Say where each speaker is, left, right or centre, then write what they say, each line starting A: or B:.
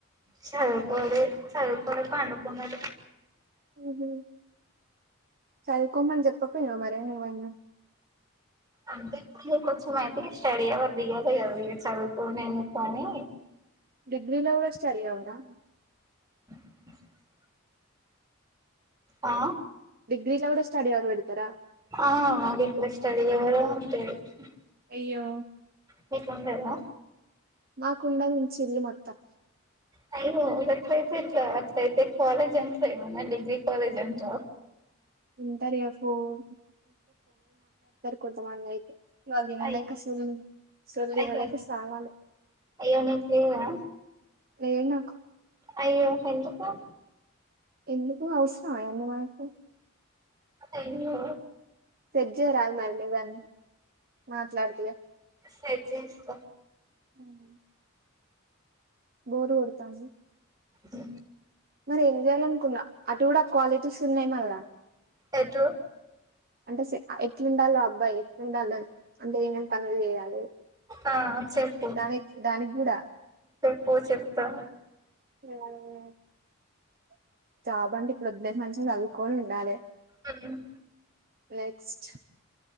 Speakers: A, on the right (about 20°); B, on the right (about 45°).
A: చదువుకోలే, చదువుకొనే పండుకున్నరు
B: ఉమ్ హ్, చదువుకోమని చెప్పక్పోయినవ్ మరి నువైనా
A: అంటె ఇగ కొంచెమయితే ఇగ స్టడీ అవర్ దిగేదే గద ఇగ చదువుకోడమెందుకని
B: డిగ్రీలో కూడా స్టడీ అవరా
A: <unintelligible> ఆ,
B: డిగ్రీలో కూడా స్టడీ అవర్ పెడతారా
A: ఆ రిక్వస్ట్ అడిగావ్ గదా థ్యాంక్ యు
B: అయ్యో
A: మీకుండేదా
B: నాకుండ వుంచిళ్ళు మొత్తం
A: టైమ్ <unintelligible> డిగ్రీ కలేజంతా
B: ఉంటారు ఇగ ఫోన్ కొంతమందయితే వాళ్ళదినలేక
A: అయ్
B: సొళ్ళు ఇగ సొల్లినలేక
A: అయ్యో
B: సావాలె
A: అయ్యో నిక్ లేదా
B: లేద్ నాకు
A: అయ్యో ఎందుకు
B: ఎందుకు ఔసరమయన్నీ మనకు
A: అయ్యో
B: సెట్ జేయరాదు మరి నువ్వే అన్ని మాట్లాడతిగ
A: సెట్ జేస్త
B: ఉమ్ బోరు గొడతాంది
A: అ
B: మరెం జేయాలనుకున్నా అటు గూడా కాలేజెస్ ఉన్నయ్ మళ్ళ
A: ఎటు
B: అంటె సే ఎట్లుండాల్లో అబ్బాయి ఎట్లుండాలో అంటే ఏమేం పనులు జేయాలి
A: ఆ చెప్పు
B: దానిక్ దానిగ్గుడా
A: పో చెప్తా
B: జాబ్ జాబంటే ఇప్పుడోద్దులే మంచిగ చదువుకోని వుండాలె
A: హ్మ్
B: నెక్స్ట్